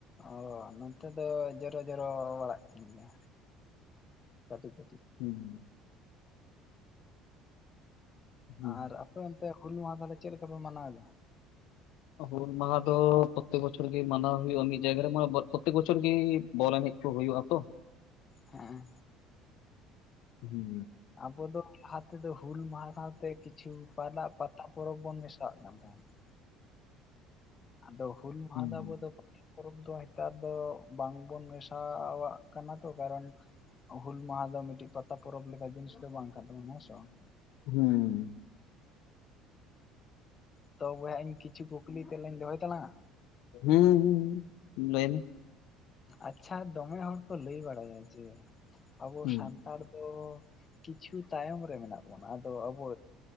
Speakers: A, on the left (about 30°); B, on the left (about 75°).
A: ᱚ ᱱᱚᱛᱮ ᱫᱚ ᱡᱚᱨᱚ-ᱡᱚᱨᱚ ᱵᱟᱲᱟᱜ ᱜᱮᱭᱟ᱾ ᱠᱟᱹᱴᱤᱡ ᱠᱟᱹᱴᱤᱡ
B: ᱦᱩᱸ᱾ ᱦᱩᱸ
A: ᱟᱨ ᱟᱯᱮ ᱚᱱᱛᱮ ᱦᱩᱞ ᱢᱟᱦᱟ ᱛᱟᱦᱸᱞᱮ ᱪᱮᱫ ᱞᱮᱠᱟ ᱯᱮ ᱢᱟᱱᱟᱣᱮᱫᱟ?
B: ᱦᱩᱞ ᱢᱟᱦᱟ ᱫᱚ ᱯᱚᱨᱛᱮᱠ ᱵᱚᱪᱷᱚᱨ ᱜᱮ ᱢᱟᱱᱟᱣ ᱦᱩᱭᱩᱜᱼᱟ᱾ ᱢᱤᱫ ᱡᱟᱭᱜᱟ ᱨᱮ ᱢᱟ ᱯᱚᱨᱛᱮᱠ ᱵᱚᱪᱷᱚᱨ ᱜᱮ ᱵᱚᱞ ᱮᱱᱮᱪ ᱠᱚ ᱦᱩᱭᱩᱜ ᱟ ᱛᱚ᱾
A: ᱦᱮᱸ᱾
B: ᱦᱩᱸ
A: ᱟᱵᱚ ᱫᱚ ᱱᱚᱛᱮ ᱫᱚ ᱦᱩᱞ ᱢᱟᱦᱟ ᱥᱟᱶᱛᱮ ᱠᱤᱪᱷᱩ ᱯᱟᱫᱟ ᱯᱟᱛᱟ ᱯᱚᱨᱚᱵᱽ ᱵᱚᱱ ᱢᱮᱥᱟᱜ ᱠᱟᱱ ᱛᱟᱦᱮᱱ ᱾ ᱟᱫᱚ ᱦᱩᱞ ᱢᱟᱦᱟ
B: ᱦᱩᱸ
A: ᱫᱚ ᱟᱵᱚ ᱫᱚ ᱯᱚᱨᱚᱵᱽ ᱫᱚ ᱱᱮᱛᱟᱨ ᱫᱚ ᱵᱟᱝᱵᱚᱱ ᱢᱮᱥᱟᱣᱟᱜ ᱠᱟᱱᱟ ᱛᱚ ᱠᱟᱨᱚᱱ ᱦᱩᱞ ᱢᱟᱦᱟ ᱫᱚ ᱢᱤᱫᱴᱤᱡ ᱯᱟᱛᱟ ᱯᱚᱨᱚᱵᱽ ᱞᱮᱠᱟ ᱡᱤᱱᱤᱥ ᱫᱚ ᱵᱟᱝ ᱠᱟᱱ ᱛᱟᱵᱚᱱᱟ ᱦᱮᱸᱥᱮ ᱵᱟᱝ?
B: ᱦᱩᱸ᱾
A: ᱛᱚ ᱵᱚᱭᱦᱟ ᱤᱧ ᱠᱤᱪᱷᱩ ᱠᱩᱠᱞᱤ ᱛᱮᱞᱟᱧ ᱫᱚᱦᱚᱭ ᱛᱟᱞᱟᱝᱟ?
B: ᱦᱩᱸ ᱦᱩᱸ ᱞᱟᱹᱭᱢᱮ᱾
A: ᱟᱪᱪᱷᱟ ᱫᱚᱢᱮ ᱦᱚᱲ ᱠᱚ ᱞᱟᱹᱭ ᱵᱟᱲᱟᱭᱟ ᱡᱮ ᱟᱵᱚ
B: ᱦᱩᱸ
A: ᱥᱟᱱᱛᱟᱲ ᱫᱚ ᱠᱤᱪᱷᱩ ᱛᱟᱭᱚᱢ ᱨᱮ ᱢᱮᱱᱟᱜ ᱵᱚᱱᱟ ᱟᱫᱚ ᱟᱵᱚ